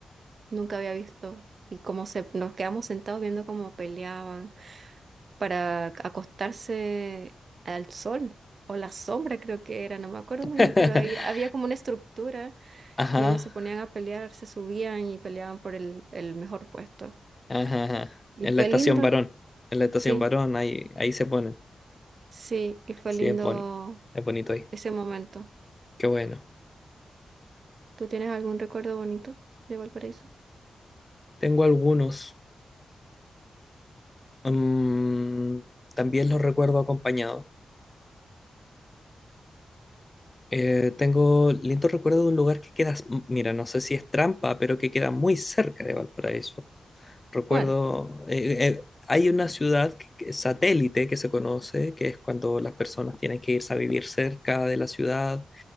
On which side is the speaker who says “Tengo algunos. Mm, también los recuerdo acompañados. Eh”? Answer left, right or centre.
Left